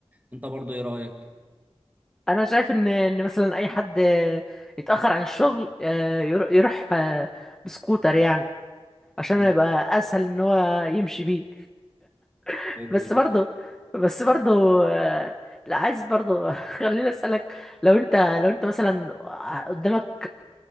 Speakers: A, on the right (about 15°); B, in the centre.
A: انت برضو ايه رأيك؟
B: انا شايف ان ان مثلا اي حد آه، يتاخر عن الشغل آه، يرو- يروح آه، بسكوتر يعني عشان
A: آه،
B: يبقى اسهل ان هو يمشي بيه <laughs>
A: حلوة
B: بس
A: دي
B: برضه بس برضه آه، لا عايز برضه <laughs> خليني اسالك لو انت لو انت مثلا قدامك